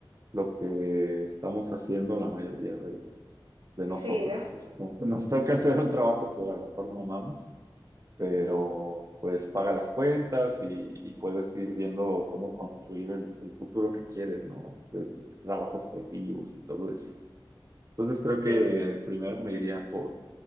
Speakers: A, on the right; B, on the right.
A: lo que estamos haciendo la mayoría de, de nosotros.
B: Sí, ¿no?
A: O sea, como que nos toca hacer un trabajo que a lo mejor no amamos pero pues paga las cuentas y, y puedes ir viendo cómo construir el, el futuro que quieres, ¿no? De tus trabajos creativos y todo eso. Entonces creo que
B: Sí.
A: primero me iría por,